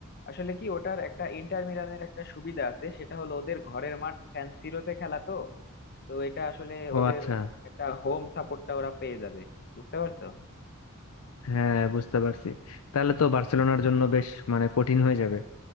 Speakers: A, on the left (about 45°); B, on the left (about 70°).
A: আসলে কি ওটার একটা ইন্টার মিলানের একটা সুবিধা আছে সেটা হলো ওদের ঘরের মাঠ সান সিরোতে খেলা তো তো এটা আসলে
B: ও
A: ওদের
B: আচ্ছা
A: একটা হোম সাপোর্টটা ওরা পেয়ে যাবে বুঝতে পারছো
B: হ্যাঁ বুঝতে পারছি তাহলে তো বার্সেলোনার জন্য বেশ মানে কঠিন হয়ে যাবে